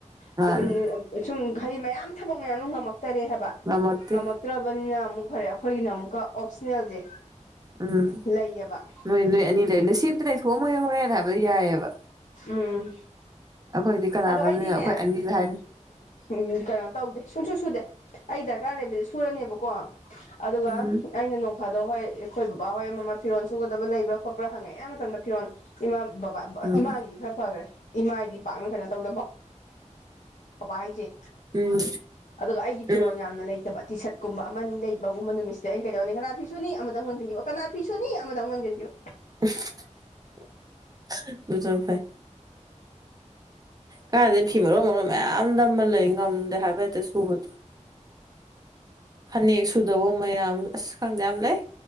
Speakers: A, on the right (about 30°); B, on the left (about 75°).
A: ꯃꯥꯅꯦ
B: <unintelligible> ꯁꯨꯝ ꯍꯥꯏꯗꯤ ꯃꯌꯥꯝ ꯊꯕꯛ ꯃꯌꯥꯝꯗꯥ ꯉꯝꯃꯛꯇꯔꯦ ꯍꯥꯏꯕ
A: ꯅꯠꯇꯦ
B: ꯅꯛꯇ꯭ꯔꯕꯅꯤꯅ ꯑꯃꯨꯛ ꯈꯔꯦ ꯑꯩꯈꯣꯏꯒꯤꯅ ꯑꯃꯨꯛꯀ ꯑꯣꯞꯁꯅꯦꯜꯁꯦ
A: ꯎꯝ
B: ꯂꯩꯌꯦꯕ
A: ꯅꯣꯏ ꯅꯣꯏ ꯑꯅꯤ ꯂꯩꯔ ꯅꯣꯏ ꯁꯦꯝꯇꯅ ꯁꯣꯛꯑꯝꯃꯣꯏ ꯍꯧꯧꯔꯦꯅ ꯍꯥꯏꯕ ꯌꯥꯏꯑꯕ
B: ꯎꯝ
A: ꯑꯩꯈꯣꯏꯗꯤ ꯀꯅꯥꯅꯣꯝꯅꯤꯅ
B: ꯑꯗꯣ ꯑꯩꯗꯤꯅꯦ
A: ꯑꯩꯈꯣꯏ ꯑꯅꯤꯗ ꯍꯥꯏꯅꯤ
B: ꯎꯝ ꯎ ꯀꯩꯅꯣ ꯇꯧꯗꯦ ꯁꯨꯡꯁꯨ ꯁꯨꯗꯦ ꯑꯩ ꯗꯔꯀꯥꯔ ꯂꯩꯕꯗꯤ ꯁꯨꯔꯅꯦꯕꯀꯣ ꯑꯗꯨꯒ
A: ꯎꯝ
B: ꯑꯩꯅ ꯅꯣꯡ ꯐꯥꯗꯧ ꯍꯣꯏ ꯑꯩꯈꯣꯏ ꯕꯕꯥꯍꯣꯏ ꯃꯃꯥ ꯐꯤꯔꯣꯟ ꯁꯨꯒꯗꯕ ꯂꯩꯕ꯭ꯔ ꯈꯣꯠꯄ꯭ꯔꯥꯪꯉꯛꯦ ꯑꯕ ꯃꯇꯝꯗ ꯐꯤꯔꯣꯜ ꯏꯃꯥ ꯕꯕꯥ
A: ꯎꯝ
B: ꯏꯃꯥꯒꯤꯗꯤ ꯈꯔ ꯐꯈꯔꯦ ꯏꯃꯥꯒꯤꯗꯤ ꯄꯥꯛꯅ ꯀꯩꯅꯣ ꯇꯧꯗꯕ ꯐꯕ ꯍꯥꯏꯖꯩ
A: ꯎꯝ
B: ꯑꯗꯨꯒ ꯑꯩꯒꯤ
A: ꯎꯝ
B: ꯐꯤꯔꯣꯜ ꯌꯥꯝꯅ ꯂꯩꯇꯕ ꯇꯤ ꯁꯔꯠꯀꯨꯝꯕ ꯑꯃꯅꯤꯅꯤ ꯂꯩꯕꯒꯨꯝꯕ ꯅꯨꯃꯤꯠꯁꯤꯗ ꯑꯩꯅ ꯀꯩꯗꯧꯅꯤ ꯀꯅꯥ ꯐꯤꯁꯨꯅꯤ ꯑꯃꯗ ꯑꯃꯨꯛ ꯂꯪꯁꯤꯟꯈꯤꯕ ꯀꯅꯥ ꯐꯤꯁꯨꯅꯤ ꯑꯃꯗ ꯑꯃꯨꯛ ꯂꯪꯁꯤꯟꯈꯤꯕ
A: <unintelligible> <unintelligible> ꯀꯥꯏꯗꯩ ꯐꯤ ꯃꯔꯣꯟ ꯃꯔꯣꯟ ꯃꯌꯥꯝ ꯅꯝꯃ ꯂꯩ ꯉꯝꯗꯦ ꯍꯥꯏꯕ ꯍꯦꯛꯇ ꯁꯨꯕꯗꯣ ꯐꯅꯦꯛ ꯁꯨꯗꯧꯕ ꯃꯌꯥꯝ ꯑꯁ ꯈꯪꯗꯦ ꯌꯥꯝ ꯂꯩ